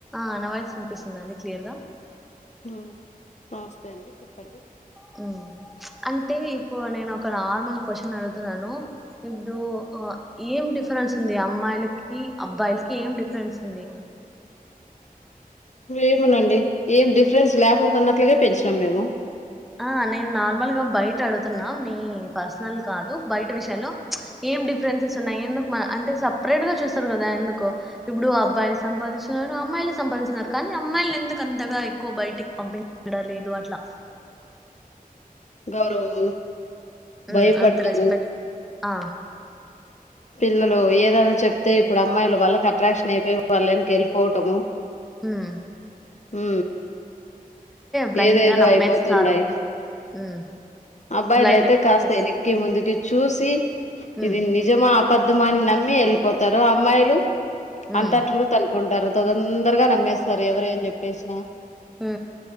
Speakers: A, in the centre; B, on the left.
A: ఆ నావాయిస్ వినిపిస్తుందాండి క్లియర్గా.? !
B: హ్మ్ నమస్తే అండి. చెప్పండి.
A: హ్మ్. అంటే ఇప్పుడు నేనొక నార్మల్ క్వశ్చన్ అడుగుతున్నాను. ఇప్డు ఆ.. ఏం డిఫరెన్స్ ఉంది అమ్మాయిలకి, అబ్బాయిల్కి? ఏం డిఫరెన్స్ ఉంది.?
B: ఏమెనండి, ఏం డిఫ్రెన్స్ లేకొకున్నట్లుగే పెంచినాం మేము.
A: ఆ నేన్ నార్మల్ గా బయట అడుగుతున్నా మీ పర్సనల్ కాదు బయట విషయాలో ప్చ్ ఏం డిఫరెన్సెస్ ఉన్నాయి ఎందుకు మా అంటే సపరేట్ గా చూస్తారు గదా ఎందుకో ఇప్పుడు అబ్బాయిలు సంపాదిస్తున్నారు, అమ్మాయిలు సంపాదిస్తున్నారు కానీ అమ్మాయిల్ని ఎందుకు అంతగా ఎక్కువ బయటికి పంపించడం లేదు అట్లా.
B: గౌరవము.
A: హ్మ్
B: భయపడ్డము
A: అంత రెస్పెక్ట్. ఆ.
B: పిల్లలు, ఏదైనా చెప్తే ఇప్పుడు అమ్మాయిలు వాళ్ళకట్రాక్షనైపోయి వాళెన్క ఎళ్ళ్పోటము.
A: హ్మ్.
B: ఊ.
A: బ్లైండ్
B: ఏదేదో
A: గా నమ్మేస్తారు
B: అయిపోతుండయి.
A: ఉమ్
B: అబ్బాయిలు
A: బ్లైండ్
B: అయితే
A: గా
B: కాస్త
A: నమ్మేస్
B: ఎనక్కి ముందుకి. చూసి.
A: ఉమ్
B: ఇది నిజమా. ! పద్ధుమాని నమ్మి ఎళ్ళిపోతారు అమ్మాయిలు.
A: ఉమ్
B: అంతా ట్రూత్‌ అనుకుంటారు. తొతోందరగా నమ్మేస్తారు ఎవరెం జెప్పేస్నా.
A: ఊ..